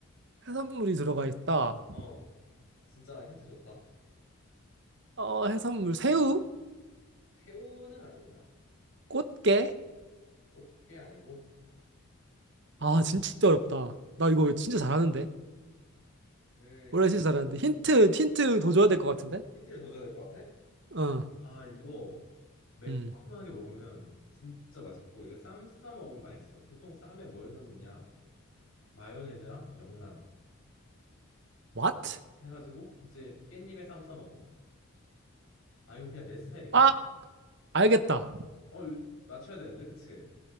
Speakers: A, on the right; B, on the left.
A: 해산물이 들어가 있다.
B: 어, 진짜 힌트 줬다.
A: 어, 해산물 새우?
B: 새우는 아닙니다.
A: 꽃게?
B: 꽃게 아니고,
A: 아, 진짜 어렵다. 나 이거 진짜 잘하는데.
B: 에
A: 원래 진짜 잘하는데 힌트 힌트 더 줘야 될 것 같은데.
B: 힌트를 더 줘야 될 것 같아?
A: 어.
B: 아, 이거 매콤하게
A: 음.
B: 먹으면 진짜 맛있고, 이거 쌈 싸 먹으면 맛있어. 보통 쌈에 뭘 넣느냐? 마요네즈랑 명란
A: What?
B: 해가지고 같이 깻잎에 쌈 싸 먹어. 아, 이건 그냥 내 스타일인가?
A: 아, 알겠다.
B: 어, 이거 맞춰야 되는데, 그치?